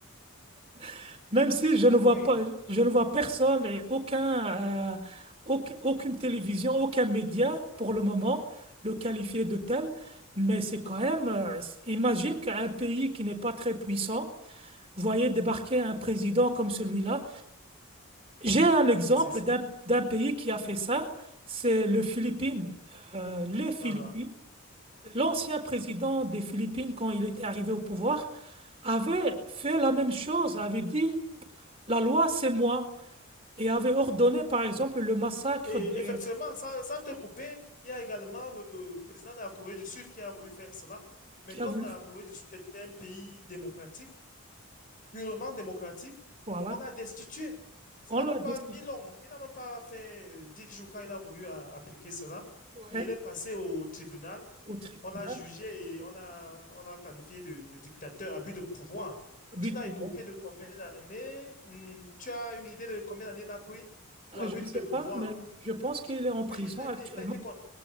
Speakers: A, on the right (about 25°); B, on the left (about 35°).
A: <laughs> Même si je ne vois
B: Oui.
A: pas, je ne vois personne et aucun, euh, auc- aucune télévision, aucun média pour le moment le qualifier de tel. Mais c'est quand même, euh, imagine qu'un pays qui n'est pas très puissant, voyez débarquer un président comme celui-là. J'ai un exemple
B: C'est ça.
A: d'un d'un pays qui a fait ça, c'est le Philippines. Euh, les Philippines,
B: Ah, ah.
A: l'ancien président des Philippines, quand il était arrivé au pouvoir, avait fait la même chose, avait dit la loi, c'est moi, et avait ordonné, par exemple, le massacre
B: Et
A: des...
B: effectivement, sans, sans te couper, il y a également le euh, président de la Corée du Sud qui a voulu faire cela. Mais
A: qui
B: comme
A: a voulu.
B: la Corée du Sud est un pays démocratique, purement démocratique,
A: Voilà,
B: on l'a destitué. Ça
A: on
B: n'a
A: l'a
B: même
A: destitué
B: pas mis long. Il n'a même pas fait euh, 10 jours quand il a voulu a- appliquer cela.
A: ouais,
B: Et il est passé au tribunal.
A: au tribunal,
B: On a jugé et on a, on a qualifié de, de dictateur, abus de pouvoir.
A: but
B: Tu n'as
A: de pouvoir.
B: écopé de combien d'années? Hmm, tu as une idée de combien d'années il a pris pour
A: Euh,
B: abus
A: Je ne
B: de
A: sais
B: pouvoir?
A: pas, mais je pense qu'il est en prison
B: Oui, il a
A: actuellement.
B: été, il a été, con-